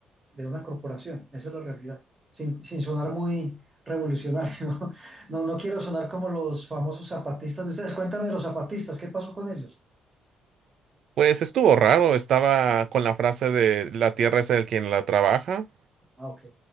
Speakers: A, on the right; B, on the right.
A: de una corporación. Esa es la realidad, sin, sin sonar muy revolucionario. <laughs> No, no quiero sonar como los famosos zapatistas de ustedes. Cuéntame los zapatistas, ¿qué pasó con ellos?
B: Pues estuvo raro, estaba con la frase de la tierra es el quien la trabaja
A: Ah, ok.